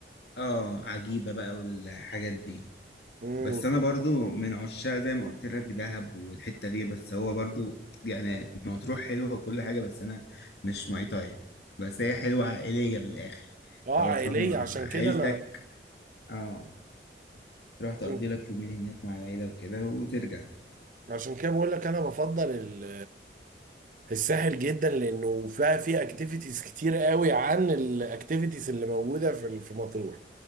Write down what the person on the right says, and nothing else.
مم،
والله.
اه
عائلية
عشان كده
أنا
عشان
عشان كده بقول لك أنا بفضل ال- الساحل جدا لأنه فيها فيه أكتيفيتيز كتير قوي عن الأكتيفيتيز اللي موجودة في في مطروح